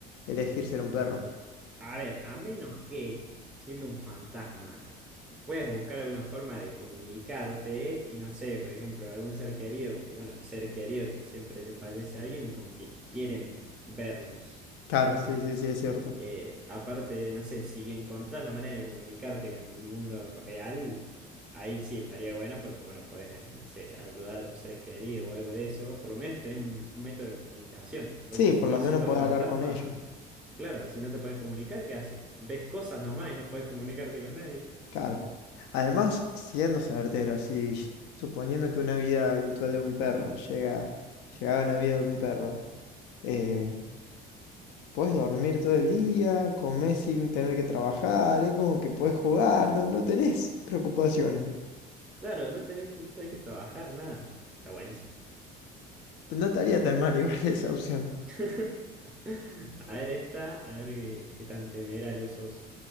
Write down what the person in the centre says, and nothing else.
A ver, a menos que, siendo un fantasma, puedas buscar alguna forma de comunicarte y no sé, por ejemplo, algún ser querido que, bueno, los seres queridos que siempre le fallece a alguien, como que quieren verlos.
Eh, aparte, no sé, si encontrás la manera de comunicarte con el mundo real, ahí sí estaría bueno porque, bueno, podés, eh, no sé, ayudar a tus seres queridos o algo de eso. Por lo menos tenés un, un método de comunicación, porque
si
no,
siendo
fantasma,
claro, si no te podés comunicar, ¿qué haces? Ves cosas nomás y no podés comunicarte con nadie.
Claro, no tenés, no tenés que trabajar, nada. Está buenísimo.
<laughs> A ver esta, a ver qué, qué tan temerario sos.